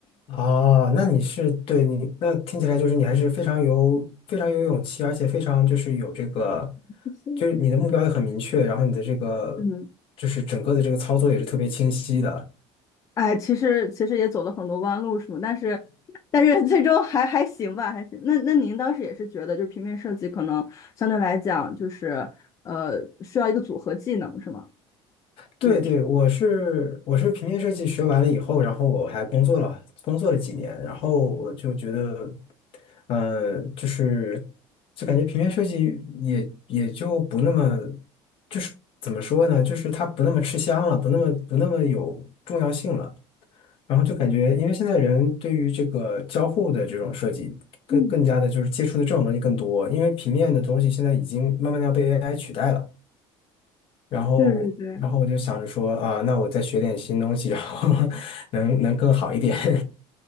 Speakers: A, on the left; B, on the left.
A: 哦，那你是对你那听起来就是你还是非常有非常有勇气，而且非常就是有这个，
B: <laughs>。嗯
A: 就是你的目标也很明确，然后你的这个
B: 嗯，
A: 就是整个的这个操作也是特别清晰的。
B: 哎，其实其实也走了很多弯路，什么，但是但是最终还还行吧，还行。那那您当时也是觉得，就是平面设计可能相对来讲，就是呃需要一个组合技能，是吗？
A: 对对，
B: 对
A: 我是我是平面设计学完了以后，然后我还工作了工作了几年，然后我就觉得，呃，就是就感觉平面设计也也就不那么，就是怎么说呢，就是它不那么吃香了，不那么不那么有重要性了。然后就感觉，因为现在人对于这个交互的这种设计更更加的就是接触的这种东西更多，
B: 嗯，
A: 因为平面的东西现在已经慢慢的要被 AI 取代了。然后，
B: 对对对，
A: 然后我就想着说啊，那我再学点新东西，然后 <laughs> 能能更好一点。<laughs>